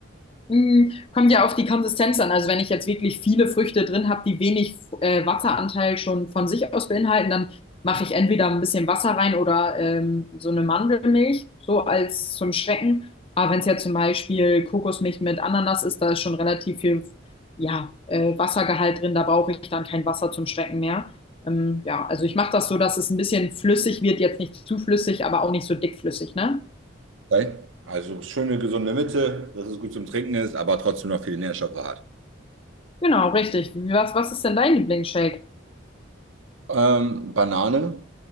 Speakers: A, on the left (about 30°); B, on the right (about 80°).
A: Mm, Kommt ja auf die Konsistenz an. Also wenn ich jetzt wirklich viele Früchte drin habe, die wenig äh, Wasseranteil schon von sich aus beinhalten, dann mache ich entweder ein bisschen Wasser rein oder ähm, so eine Mandelmilch, so als zum Schrecken. Aber wenn es ja zum Beispiel Kokosmilch mit Ananas ist, da ist schon relativ viel, ja, äh, Wassergehalt drin, da brauche ich dann kein Wasser zum Schrecken mehr. Ähm, ja, also ich mache das so, dass es ein bisschen flüssig wird, jetzt nicht zu flüssig, aber auch nicht so dickflüssig, ne?
B: Okay, also schöne gesunde Mitte, dass es gut zum Trinken ist, aber trotzdem noch viele Nährstoffe hat.
A: Genau, richtig. Was, was ist denn dein Lieblingsshake?
B: Ähm, Banane,